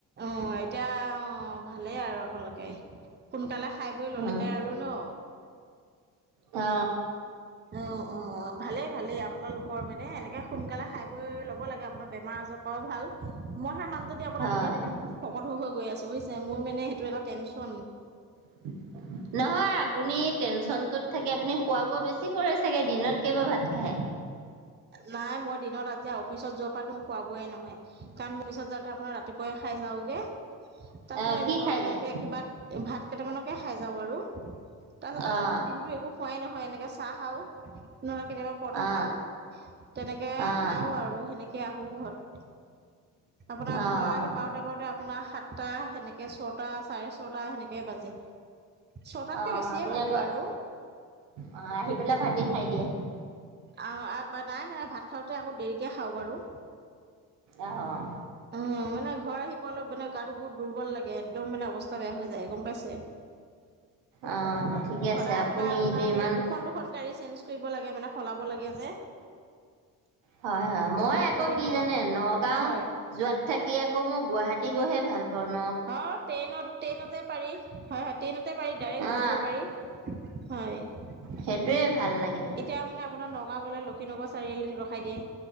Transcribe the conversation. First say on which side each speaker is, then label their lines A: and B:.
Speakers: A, on the right; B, on the right.
A: অ এতিয়া অ ভালেই আৰু আপোনালোকে সোনকালে খাই বৈ ল'লে
B: উম
A: আৰু ন।
B: অ।
A: অ অ ভালেই ভালেই আপোনালোকৰ মানে এনেকে সোনকালে খাই বৈ ল'ব লাগে আপোনাৰ বেমাৰ-আজাৰ অ ভাল। মই সেই মানুহত আপোনাৰ
B: হয়।
A: দিনে দিনে বহুত শোকত হৈ হৈ গৈ আছো বুজছে? মোৰানে সেইটো এটা টেচন।
B: <inaudible> নহয় আপুনি টেনচনটোত থাকি আপুনি খোৱা-বোৱা বেছি কৰে চাগে। দিনত কেইবাৰ ভাত খায়?
A: নাই মই দিনত আজি অফিচত যোৱা তাটো খোৱ-বোৱাই নহয়। কাৰণ মোৰ পিছত যাওঁতে আপোনাৰ ৰাতিপুৱাই খাই যাওগে তাত
B: অ'
A: মই
B: কি
A: এনে নৰ্মেলকে
B: খাই যায়
A: কিবা ভাত কেইটামানকে খাই যাওঁ বাৰু। তাৰপাছত তাত
B: অ'
A: আপোনাৰ দিনটো একো খোৱাই নহয়, এনেকৈ চাহ খাওঁ, নহ'লে কেতিয়াবা পৰঠা
B: অ'
A: খাওঁ। তেনেকে
B: অ'
A: খাওঁ আৰু সেনেকে আহো ঘৰত। আপোনাৰ
B: অ'
A: ঘৰ আহি পাওঁতে পাওঁতে আপোনাৰ সাতটা, সেনেকে ছটা, চাৰে ছটা, সেনেকেই বাজে। ছটাতকে
B: অ'
A: বেছিয়ে
B: আপুনি
A: বাজে
B: আকৌ
A: বাৰু।
B: অ আহি পেলাই ভাতি খাই দিয়ে?
A: আ নাই নাই ভাত খাওঁতে আকৌ দেৰিকে খাওঁ বাৰু।
B: আহ।
A: উম মানে ঘৰ আহি পোৱালে মানে গাটো বহুত দুৰ্বল লাগে একদম মানে অৱস্থা বেয়া হৈ যায় গম পাইছে?
B: অ' ঠিকে
A: সদায়
B: আছে আপুনি
A: সদায় আপোনাৰ
B: এতিয়া ইমান
A: মানে দুখন দু খন গাড়ী চেঞ্জ কৰিব লাগে মানে, সলাব লাগে যে।
B: হয়, হয়। মই
A: বৰ অসুবিধা
B: আকৌ কি জানে, নগাঁও
A: হয়
B: যোৱাত থাকি আকৌ মই গুৱাহাটী টি গৈহে ভাল পাওঁ, ন
A: অ, ট্ৰেইনত ট্ৰেইনতে পাৰি হয়, হয়, ট্ৰেইনতে পাৰি ডাইৰেক্ট যাবগৈ
B: অ'
A: পাৰি। হয়।
B: সেইটোৱে ভাল লাগে।
A: এতিয়া মানে আপোনাৰ নগাঁও গ'লে লক্ষিনগৰ চাৰিআলি ৰখাই দিয়ে,